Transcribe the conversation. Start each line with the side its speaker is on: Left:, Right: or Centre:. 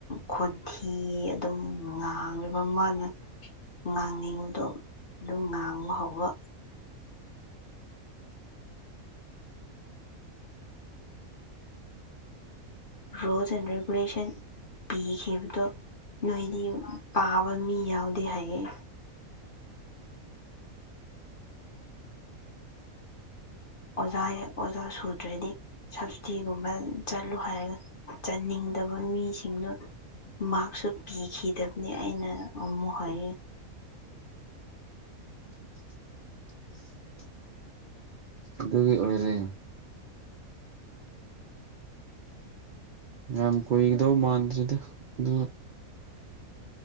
Left: ꯈꯣꯟꯊꯤ ꯑꯗꯨꯝ ꯉꯥꯡꯉꯕ ꯃꯥꯅ ꯉꯥꯡꯅꯤꯡꯕꯗꯣ ꯑꯗꯨꯝ ꯉꯥꯡꯕ ꯍꯧꯕ ꯔꯣꯜꯁ ꯑꯦꯟ ꯔꯦꯒꯨꯂꯦꯁꯟ ꯄꯤꯈꯤꯕꯗꯣ ꯅꯣꯏꯗꯤ ꯄꯥꯕ ꯃꯤ ꯌꯥꯎꯗꯦ ꯍꯥꯏꯌꯦ ꯑꯣꯖꯥ ꯑꯣꯖꯥ ꯁꯨꯗ꯭ꯔꯗꯤ ꯁꯞꯇꯤꯒꯨꯝꯕ ꯆꯠꯂꯨ ꯍꯥꯏꯔꯒ ꯆꯟꯅꯤꯡꯗꯕ ꯃꯤꯁꯤꯡꯅ ꯃꯥꯔꯛꯁꯨ ꯄꯤꯈꯤꯗꯕꯅꯤ ꯑꯩꯅ ꯑꯃꯨꯛ ꯍꯥꯏ
Right: ꯎ ꯑꯗꯨꯒꯤ ꯑꯣꯏꯔꯦ ꯌꯥꯝ ꯀꯨꯏꯒꯗꯧ ꯃꯥꯟꯗ꯭ꯔꯤꯗ ꯑꯗꯨ